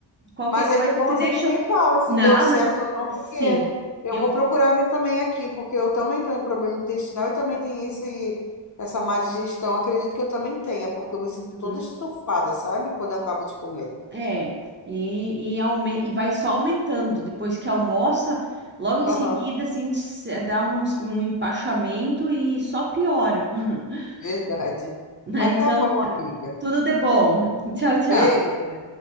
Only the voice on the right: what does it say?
Qualquer
coisa
que te deixa.
Não,
mas
sim,
eu
vou.
Uhum.
É, e, e, aume- e vai só aumentando. Depois que almoça, logo em
seguida, assim, te se- dá um, es- um empachamento e só piora. <laughs>
Né?
Então,
tá.
Tudo de bom. <laughs> Tchau, tchau.